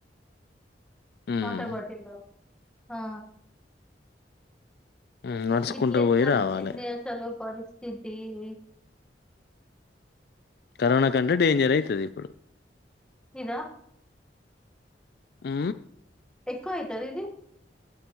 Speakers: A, on the left; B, in the centre.
A: మ్మ్
B: వాటర్ బాటిలో ఆ
A: మ్మ్ నడుచుకుంటూ
B: <unintelligible>
A: పోయి రావాలే
B: లో పరిస్ సిదీ ఇ
A: కరోన కంటే డేంజరె అయితది ఇప్పుడు
B: ఇదా
A: ఊ
B: ఎక్కువ అయితది ఇది